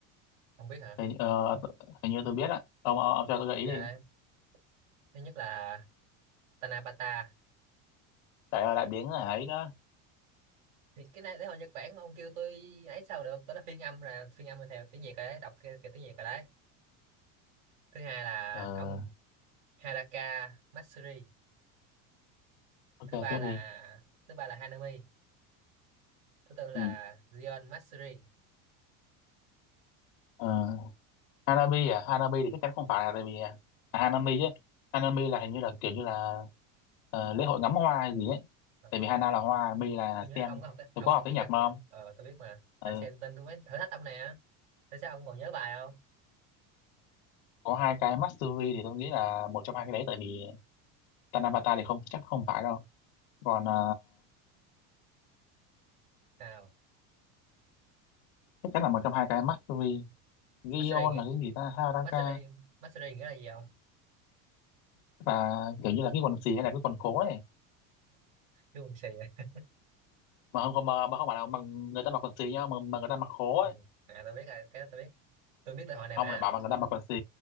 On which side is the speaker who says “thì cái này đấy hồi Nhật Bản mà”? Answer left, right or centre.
Right